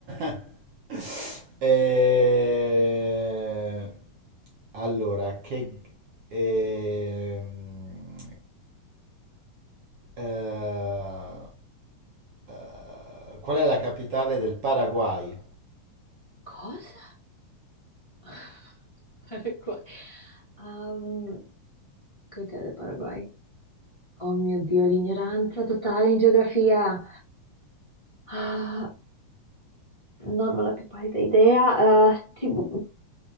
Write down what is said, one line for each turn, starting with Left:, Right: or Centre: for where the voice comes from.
Right: <laughs> Eh, Allora, che... ehm, eh, eh, qual è la capitale del Paraguay?
Left: Cosa? <laughs> Paraguay. Um, cos'è del Paraguay? Oh mio Dio, l'ignoranza totale in geografia. Ah, non ho la più pallida idea. Ah, tipo,